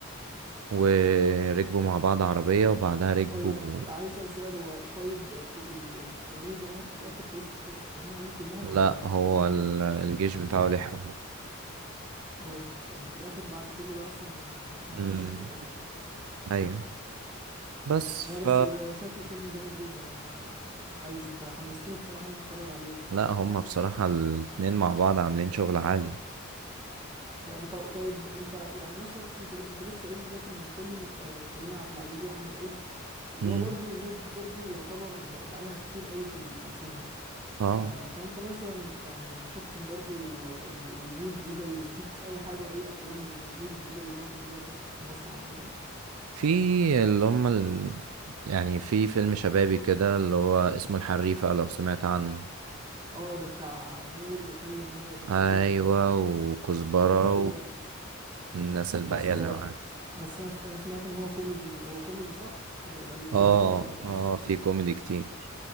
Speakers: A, on the right; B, on the right.
A: وركبوا مع بعض عربية وبعدها ركبوا
B: طيب عايز اسأل سؤال هو طيب في ال... الكولونيل ده مات في الاخر في وسط الخناقة دي كلها
A: لا
B: ولا ما
A: هو
B: حصلوش حاجة
A: ال-
B: في الآخر؟
A: الجيش بتاعه لحقه
B: اوف يعني في الاخر بعد كل ده اصلا ما ما حدش
A: امم
B: قتله يعني
A: ايوه بس
B: لا بس
A: ف
B: ده شكله فيلم جامد جدا يعني انا انا عايز انت حمستني بصراحه ان أنا اتفرج عليه يعني
A: لا هما بصراحة الاتنين مع بعض عاملين شغل عالي
B: لا ط- طيب انت يعني مثلا انت انت لسه قايل دلوقتي من فيلم آه، كريم عبد العزيز واحمد عز اللي
A: امم
B: هو برضو الناس دي برضو يعتبر ب- بقالها كتير قوي في ال- في السينما
A: اه
B: ف... فانت مثلا ما- يعني ما شفتش برضو ال- الوجوه الجديده اللي ما شفتش اي حاجه اي افلام للوجوه الجديده اللي ظهرت دلوقتي في مصر عامه
A: في اللي هما ال... يعني في فيلم شبابي كده اللي هو اسمه الحريفة لو سمعت عنه
B: اه ده بتاع نور خالد النبوي تقريبا
A: ايوه وكزبرة
B: وناس كده
A: والناس الباقية
B: بس ده
A: اللي معاك
B: بس انا س- أنا سمعت ان هو كوميدي هو كوميدي صح ده ده الكاتيجوري
A: اه
B: بتاعه يعني
A: اه في كوميدي كتير